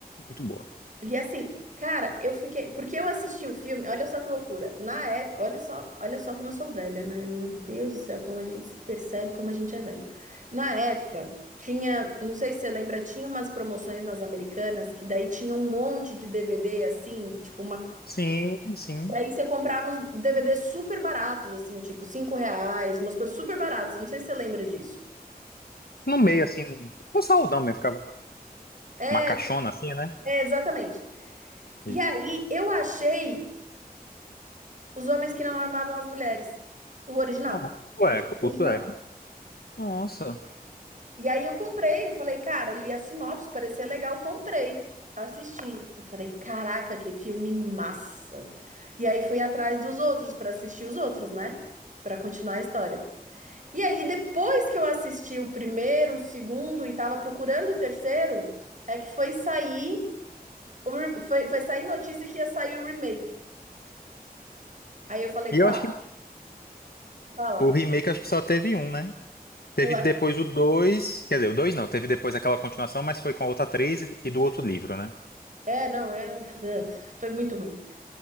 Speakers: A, on the left; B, on the right.
A: Muito boa.
B: E assim, cara, eu fiquei. Porque eu assisti o filme, olha só que loucura. Na época, olha só, olha só como eu sou velha, né? Meu Deus do céu, como a gente se percebe, como a gente é velho. Na época, tinha, não sei se você lembra, tinha umas promoções nas Americanas que daí tinha um monte de DVD, assim, tipo uma.
A: Sim, sim.
B: E aí você comprava uns DVDs super baratos, assim, tipo cinco reais, umas coisas super baratas. Não sei se você lembra disso.
A: No meio, assim. Um saudão mesmo. Ficava
B: É,
A: uma caixona, assim, né?
B: é, exatamente.
A: Isso.
B: E aí eu achei. Os Homens que Não Amavam as Mulheres. O original.
A: Não, o sueco,
B: O filme original.
A: o sueco. Nossa.
B: E aí eu comprei, eu falei, cara, eu li a sinopse, parecia legal, comprei. Assisti. Eu falei, caraca, que filme massa. E aí fui atrás dos outros para assistir os outros, né? Para continuar a história. E aí, depois que eu assisti o primeiro, o segundo e tava procurando o terceiro, é que foi sair, o re- foi, foi sair notícia que ia sair o remake. Aí eu falei,
A: E
B: pá,
A: eu acho que
B: fala.
A: o remake acho que só teve um, né? Teve
B: Eu
A: depois o dois quer dizer, o 2 não, teve depois aquela continuação, mas foi com a outra atriz e e do outro livro, né?
B: É, não, é, foi muito ruim.